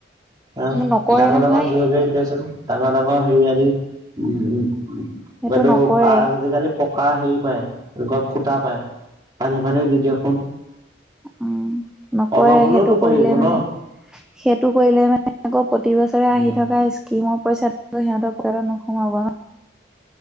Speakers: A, on the right (about 20°); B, in the centre.
A: আহ
B: নকৰে
A: ডাঙৰ
B: নহয়
A: ডাঙৰ জিঅ' বেংক তে চোন ডাঙৰ ডাঙৰ হেৰি আলিত <unintelligible>
B: সেইটো
A: বাদো
B: নকৰে
A: পাৰ আজিকালি পকা হেৰি পায় এনেকুৱা খুটা পায় পানীয়ে পানীয়ে দি দিয়কচোন।
B: উ নকৰে
A: অলপ হ'লেওতো
B: সেইটো
A: কমিব
B: কৰিলে মানে
A: ন
B: সেইটো কৰিলে মানে আকৌ প্ৰতি বছৰে আহি থকা স্কিমৰ পইচাটো সিহঁতৰ পকেটত নোসোমাব ন